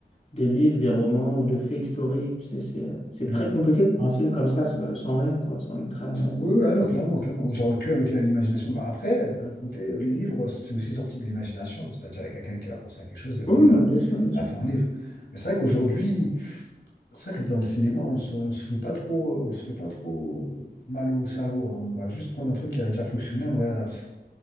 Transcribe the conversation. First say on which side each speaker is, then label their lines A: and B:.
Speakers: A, on the left; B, on the left.
A: des livres, des romans ou de faits historiques. Tu sais, c'est, euh, c'est
B: ouais,
A: très compliqué de faire un film comme ça, ce- sans rien, quoi, sans une trame. euh.
B: Oui, oui, ah non, clairement, clairement. Genre que avec la- l'imagination. Bah, après, d'un autre côté, euh, les livres, c'est aussi sorti de l'imagination. C'est-à-dire, il y a quelqu'un qui a pensé à quelque chose et pris
A: Oui, oui,
B: la,
A: non, bien sûr, bien
B: la
A: sûr.
B: fait en livre. Mais c'est vrai qu'aujourd'hui, c'est vrai que dans le cinéma, on se, on se fout pas trop, euh, on se fait pas trop mal au cerveau. hein. On va juste prendre un truc qui a déjà fonctionné, on le réadapte.